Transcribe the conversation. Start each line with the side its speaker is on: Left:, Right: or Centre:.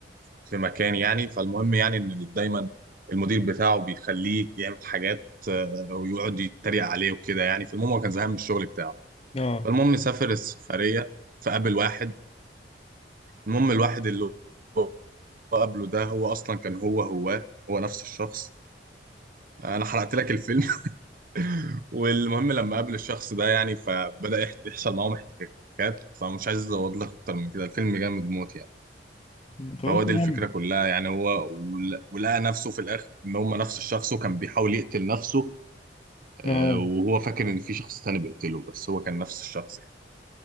Right: في مكان يعني فالمهم يعني ان ال- دايما المدير بتاعه بيخليه يعمل حاجات آه، ويقعد يتريق عليه وكده يعني فالمهم هو كان زهقان من الشغل بتاعه
Left: اه
Right: فالمهم سافر السفرية فقابل واحد المهم الواحد اللي هو قابله ده هو اصلا كان هو هو هو نفس الشخص انا حرقت لك الفيلم <laughs> والمهم لما قابل الشخص ده يعني فبدأ يحت- يحصل معاهم احتكاكات فمش عايز ازود لك اكتر من كده الفيلم جامد موت يعني
Left: مم. خلاص
Right: فهو دي
Left: يا
Right: الفكرة
Left: عم
Right: كلها يعني هو ول- ولقى نفسه في الآخر إن هم نفس الشخص وكان بيحاول يقتل نفسه آه،
Left: اه
Right: وهو فاكر إن في شخص تاني بيقتله بس هو كان نفس الشخص يعني